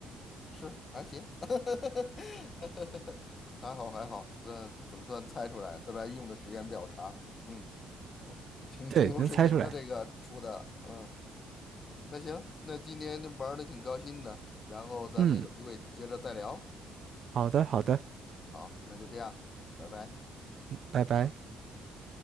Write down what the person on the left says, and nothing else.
是还行，<laughs> 还好还好，这总算猜出来，虽然用的时间比较长，嗯，挺挺有水平的这个出的，
嗯，那行，那今天玩的挺高兴的，然后咱们有机会接着再聊，
好，那就这样，拜拜，
嗯。